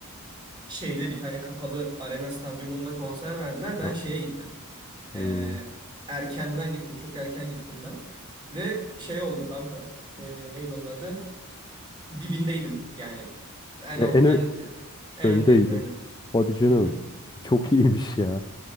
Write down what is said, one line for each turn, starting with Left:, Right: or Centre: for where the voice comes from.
Right: Şeyde bir tane kapalı arena stadyumunda konser verdiler. Ben
Left: Ha,
Right: şeye gittim.
Left: hmm.
Right: Ee, erkenden gittim. Çok erken gittim ben. Ve şey oldu kanka. Ee, neydi onun adı? Dibindeydim. Yani en
Left: E,
Right: ort
Left: en ö-
Right: en en
Left: öndeydin.
Right: öndeydim aynen.
Left: Hadi canım.
Right: Hı hı.
Left: Çok iyiymiş ya.